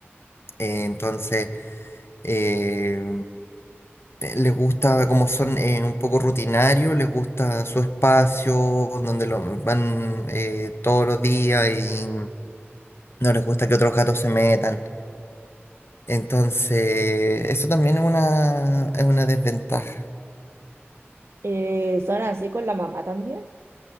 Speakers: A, on the left; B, on the right.
A: eh, entonces, eh, eh, Les gusta como son eh, un poco rutinarios, les gusta su espacio donde lo van eh, todos los días y no les gusta que otros gatos se metan. Entonces, eso también es una, es una desventaja.
B: Eh, ¿son así con la mamá también?